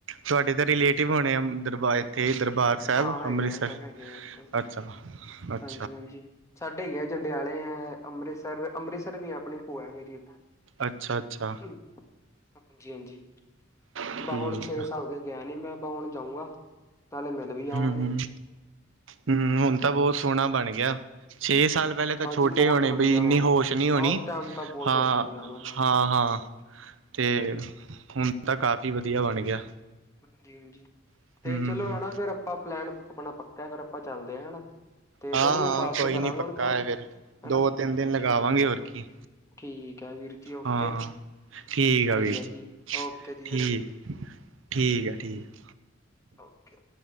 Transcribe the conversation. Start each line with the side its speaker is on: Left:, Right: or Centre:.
Right: ਤੁਹਾਡੇ ਤਾਂ ਰਿਲੇਟਿਵ ਹੋਣੇ ਆ, ਦਰਬ, ਇੱਥੇ ਦਰਬਾਰ। ਸਾਹਿਬ
Left: ਹਾਂ
Right: ਅੰਮ੍ਰਿਤਸਰ।
Left: ਹੈਗੇ ਆ ਸਰ ਹੈਗੇ ਆ ਉੱਥੇ
Right: ਅੱਛਾ- ਅੱਛਾ।
Left: ਹਾਂਜੀ- ਹਾਂਜੀ ਸਾਡੇ ਹੀ ਹੈ ਜੰਡਿਆਲੇ ਹੈ ਅੰਮ੍ਰਿਤਸਰ, ਅੰਮ੍ਰਿਤਸਰ ਵੀ ਆਪਣੀ ਭੋਆ ਹੈ ਮੇਰੀ ਇੱਕ।
Right: ਅੱਛਾ- ਅੱਛਾ।
Left: ਹਾਂਜੀ -ਹਾਂਜੀ
Right: ਠੀਕ
Left: ਬਾਹੁਨ ਛੇ
Right: ਆ।
Left: ਸਾਲ ਗਏ। ਗਿਆ ਨੀ ਮੈਂ ਆਪਾਂ ਹੁਣ ਜਾਊਂਗਾ। ਨਾਲੇ ਮਿਲ ਵੀ ਜਾਵਾਂਗੇ।
Right: ਹੂੰ, ਹੂੰ, ਹੂੰ ਹੁਣ ਤਾਂ ਬਹੁਤ ਸੋਹਣਾ ਬਣ ਗਿਆ। ਛੇ ਸਾਲ ਪਹਿਲੇਾਂ ਤਾਂ
Left: ਹਾਂਜੀ
Right: ਛੋਟੇ
Left: ਬਹੁਤ
Right: ਹੋਣੇ
Left: ਵਧੀਆ
Right: ਬਈ ਇੰਨੀ
Left: ਹੋ ਗਿਆ
Right: ਹੋਸ਼ ਨਹੀਂ ਹੋਣੀ।
Left: ਹਾਂ ਉਸ ਟਾਈਮ ਤਾਂ ਬਹੁਤ
Right: ਹਾਂ-
Left: ਛੋਟਾ ਸੀਗਾ ਮੈਂ
Right: ਹਾਂ- ਹਾਂ। ਤੇ ਹੁਣ ਤਾਂ ਕਾਫੀ ਵਧੀਆ ਬਣ ਗਿਆ।
Left: ਹਾਂਜੀ -ਹਾਂਜੀ
Right: ਹੂੰ,
Left: ਤੇ ਚਲੋ ਹੈ ਫੇਰ ਆਪਾਂ ਪਲੈਨ ਆਪਣਾ ਪੱਕਾ ਫਿਰ ਆਪਾਂ ਚੱਲਦੇ ਹ ਹਨਾ। ਤੇ
Right: ਹਾਂ,
Left: ਤੁਹਾਨੂੰ ਮੈਂ
Right: ਹਾਂ
Left: ਬਾਅਦ ਚੋ
Right: ਕੋਈ
Left: ਕਰਾਂਗਾ
Right: ਨੀ ਪੱਕਾ
Left: ਉਹਨੂੰ ਫੋਨ।
Right: ਹੈ ਫਿਰ
Left: ਹੈ
Right: ਦੋ
Left: ਨਾ
Right: ਤਿੰਨ ਦਿਨ ਲਗਾਵਾਂਗੇ
Left: ਠੀਕ
Right: ਹੋਰ
Left: ਆ।
Right: ਕੀ
Left: ਠੀਕ ਹੈ ਵੀਰ ਜੀ ਓਕੇ।
Right: ਹਾਂ। ਠੀਕ ਆ ਵੀਰ ਜੀ,
Left: ਹੈ ਓਕੇ ਜੀ
Right: ਠੀਕ
Left: ਵੀਰੇ
Right: -ਠੀਕ ਆ ਠੀਕ।
Left: ਓਕੇ ਕੇ।